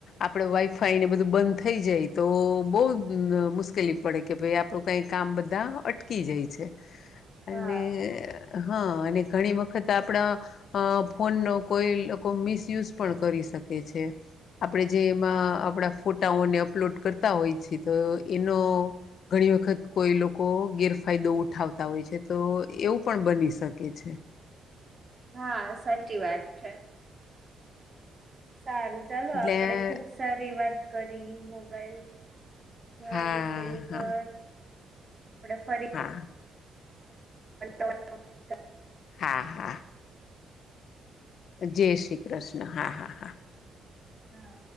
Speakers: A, on the left; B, on the right.
A: આપડે વાઈફાઈ ને બધુ બંધ થઈ જાય. તો બહુ અન મુશ્કેલી પડે કે ભાઈ આપણું કઈ કામ બધા અટકી જાય છે. અને
B: હા
A: હ અને ઘણી વખત આપણા અ ફોનનો કોઈ લોકો મિસયુઝ પણ કરી શકે છે આપણેે જે એમાં આપણા ફોટાઓને અપલોડ કરતા હોય છે તો એનો ઘણી વખત કોઈ લોકો ગેર ફાયદો ઉઠાવતા હોય છે તો એવું પણ બની શકે છે.
B: હા સાચી વાત છે. સારું ચાલો
A: એટલે
B: આપડે ખુબ સારી વાત કરી મોબાઈલ ના
A: હા
B: વિષય ઉપર.
A: હા
B: આપડે ફરી
A: હા
B: <inaudible> <inaudible>
A: હા હા. જય શ્રી કૃષ્ણ હા હા. હા
B: હા.